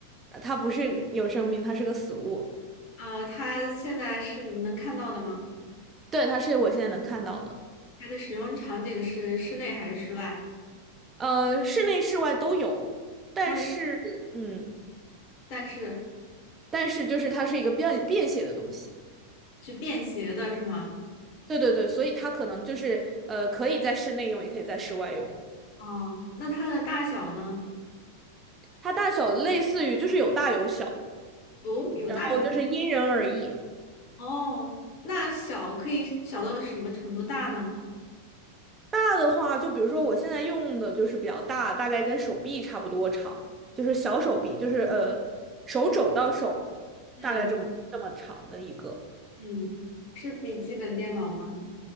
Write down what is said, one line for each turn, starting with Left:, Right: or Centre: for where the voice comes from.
Right: 呃它不是一个有生命，它是个死物。
Left: 呃，它现在是你能看到的吗？
Right: 对，它是我现在能看到的。
Left: 它的使用场景是室内还是室外？
Right: 呃，室内室外都有，但是，
Left: 都有
Right: 嗯，
Left: 但是。
Right: 但是就是它是一个便便携的东西。
Left: 是便携的是吗？
Right: 对对对，所以它可能就是呃，可以在室内用，也可以在室外用。
Left: 哦，那它的大小呢？
Right: 它大小类似于就是有大有小，
Left: 哦，有大有小
Right: 然后就是因人而异。
Left: 哦，那小可以小到什么程度大呢？
Right: 大的话，就比如说我现在用的就是比较大，大概跟手臂差不多长，就是小手臂，就是呃手肘到手
Left: 嗯
Right: 大概这么这么长的一个。
Left: 嗯，是笔记本电脑吗？